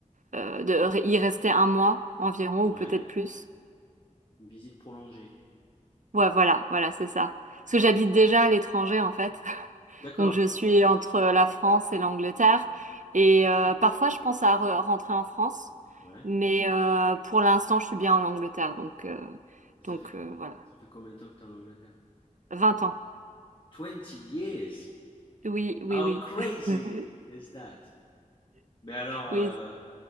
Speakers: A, on the right; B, on the left.
A: euh, de re- y rester un mois environ ou
B: ouais,
A: peut-être plus.
B: une visite prolongée.
A: Ouais, voilà, voilà, c'est ça. Parce que j'habite déjà à l'étranger en fait
B: D'accord,
A: Donc je suis entre la France et l'Angleterre et euh, parfois je pense à re- rentrer en France,
B: ouais.
A: mais euh, pour l'instant je suis bien en Angleterre donc euh,
B: Ça
A: donc
B: fait,
A: euh, voilà
B: ça fait combien de temps que tu es en Angleterre?
A: vingt ans.
B: Twenty years!
A: Oui oui
B: How
A: oui
B: crazy
A: <laughs>
B: is that? Mais alors,
A: oui
B: euh,